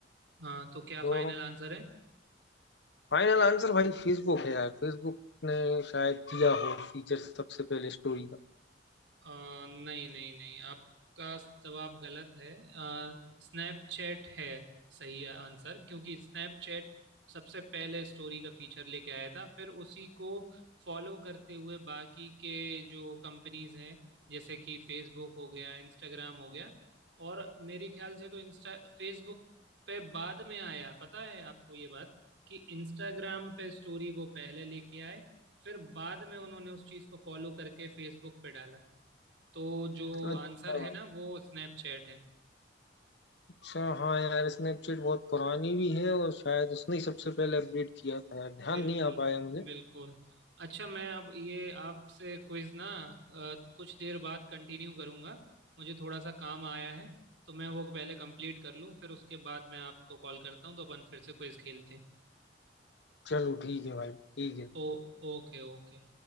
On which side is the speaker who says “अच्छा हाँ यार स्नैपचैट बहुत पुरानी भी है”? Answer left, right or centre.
Left